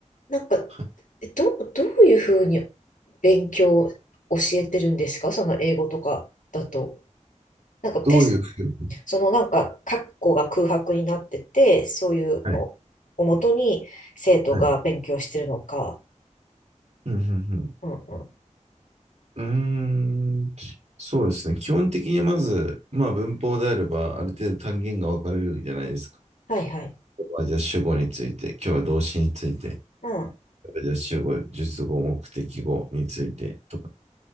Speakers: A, on the left; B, on the right.
A: なんか、
B: はい。
A: えど、どういうふうに勉強教えてるんですかその英語とかだと。なんかテスト、
B: どういうふうに、
A: そのなんか、括弧が空白になってて、そういうのをもとに生徒が勉強してるのか。
B: はい。はい。うん、うん、
A: うんうん。
B: うん。うーん。そうですね。基本的にまず、まあ文法であれば、ある程度単元が分かれるじゃないですか。
A: はいはい。
B: ここはじゃあ主語について、今日は動詞について、
A: うん。
B: じゃあ主語、述語、目的語についてとか、